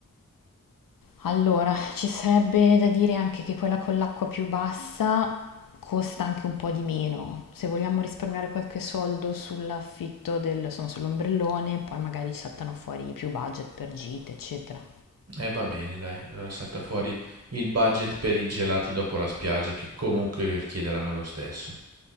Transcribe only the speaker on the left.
Allora, ci sarebbe da dire anche che quella con l'acqua più bassa costa anche un po' di meno. Se vogliamo risparmiare qualche soldo sull'affitto del, insomma, sull'ombrellone, poi magari ci saltano fuori più budget per gite, eccetera.